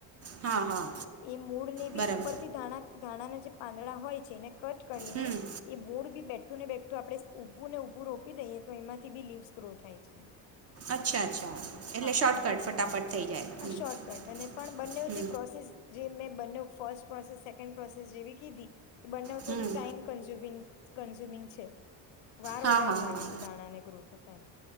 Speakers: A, on the right; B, on the left.
A: હા હા.
B: એ મૂળ ને બી
A: બરાબર
B: ઉપર થી દાણા. ધાણાના જે પાંદડા હોય છે ને. કટ કરીને
A: હમ
B: એ બોર્ડ બી બેઠ બઠું ને બેઠું આપણે ઉઊભું ને ઉઊભું રોપી દઈએ તો એમાંથી બી લીવ્સ ગ્રો થાય છે.
A: અચ્છા અચ્છા એટલે
B: હા
A: શોર્ટકટ
B: પણ
A: ફટાફટ થઈ જાય.
B: આ શોર્ટકટ અને પણ બંને જે પ્રોસેસ જે મેં બંને ફર્સ્ટ પ્રોસેસ સેકન્ડ પ્રોસેસ જેવી કીધી. બંને
A: હમ
B: થડું ટાઈમ કંઝ્યુમિંગ. કન્ઝ્યુમિંગ છે. વાર
A: હા
B: વધારે
A: હા
B: લાગે
A: હા
B: છે દાણા ને ગ્રો થતા એમ.